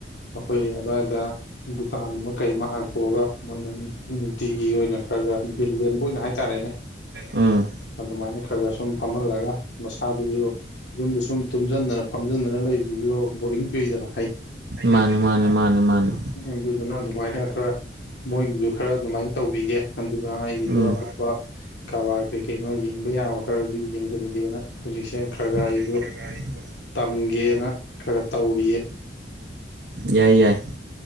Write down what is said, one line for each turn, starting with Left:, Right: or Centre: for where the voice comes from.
Left: ꯑꯩꯈꯣꯏ ꯑꯗꯨꯋꯥꯏꯗ ꯗꯨꯀꯥꯟ ꯑꯃ ꯀꯩ ꯑꯃ ꯍꯥꯡꯇꯣꯛꯑꯒ ꯃꯣꯏꯅ ꯅꯨꯡꯇꯤꯒꯤ ꯑꯣꯏꯅ ꯈꯔ ꯈ ꯗꯤꯜ ꯂꯦꯟꯕ ꯑꯣꯏꯅ ꯍꯥꯏ ꯇꯥꯔꯦꯅꯦ
Right: ꯎꯝ
Left: ꯑꯗꯨꯝꯃꯥꯏꯅ ꯈꯔ ꯈꯔ ꯁꯨꯝ ꯐꯝꯍꯜꯂꯒ ꯃꯁꯥꯗꯨꯖꯨ ꯌꯨꯝꯗ ꯁꯨꯝ ꯇꯨꯝꯖꯟꯗꯅ ꯐꯝꯖꯟꯗꯅ ꯂꯩꯞꯗꯨꯖꯨ ꯕꯣꯔꯤꯡ ꯆꯨꯏꯗꯅ
Right: ꯃꯥꯅꯦ ꯃꯥꯅꯦ ꯃꯥꯅꯦ ꯃꯥꯅꯦ
Left: ꯎꯝ ꯑꯗꯨꯗꯨꯅ ꯑꯗꯨꯃꯥꯏ ꯅ ꯈꯔ ꯃꯣꯏꯒꯤꯖꯨ ꯈꯔ ꯑꯗꯨꯝꯃꯥꯏꯟ ꯇꯧꯕꯤꯒꯦ ꯑꯗꯨꯒ ꯑꯩꯒꯤꯖꯨ
Right: ꯎꯝ
Left: ꯑꯇꯣꯞꯄ ꯀꯔꯕꯥꯔ ꯀꯩ ꯀꯩꯅꯣ ꯌꯦꯡꯕ ꯌꯥꯕ ꯈꯔꯖꯨ ꯌꯦꯡꯖꯟꯒꯦꯅ ꯍꯧꯖꯤꯛꯁꯦ ꯈꯔ
Right: ꯍꯧꯖꯤꯛꯁꯦ
Left: ꯑꯩꯁꯨ
Right: ꯈꯔ ꯈꯔ ꯌꯦꯡꯕ
Left: ꯇꯝꯒꯦꯅ ꯈꯔ ꯈꯔ ꯇꯧꯔꯤꯌꯦ
Right: ꯌꯥꯏ ꯌꯥꯏ